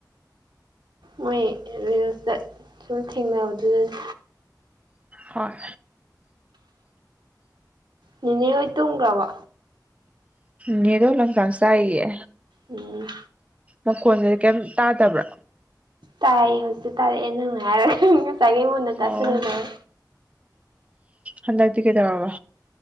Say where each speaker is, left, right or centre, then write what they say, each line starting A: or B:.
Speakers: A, on the right; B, on the right.
A: ꯃꯣꯏ ꯔꯤꯜꯁꯇ ꯁꯨꯝ ꯊꯦꯡꯅꯕꯗꯨꯗꯅꯦ
B: ꯍꯣꯏ
A: ꯅꯤꯅꯦ ꯍꯣꯏ ꯇꯨꯝꯈ꯭ꯔꯕꯣ
B: ꯅꯤꯅꯦꯗꯣ ꯂꯪꯆꯥꯛ ꯆꯥꯛꯏꯌꯦ
A: ꯎꯝ
B: ꯃꯈꯣꯟꯖꯦ ꯀꯩꯝ ꯇꯥꯗꯕ꯭ꯔꯥ
A: ꯇꯥꯏꯌꯦ ꯍꯧꯖꯤꯛꯇ ꯇꯥꯔꯛꯑꯦ ꯅꯪ ꯍꯥꯏꯔꯒ ꯉꯁꯥꯏꯒꯩ ꯃꯨꯟꯅ ꯇꯥꯁꯜꯂꯨꯗꯕꯩ
B: ꯑꯣ ꯍꯟꯗꯛꯇꯤ ꯀꯩꯗꯧꯔꯕ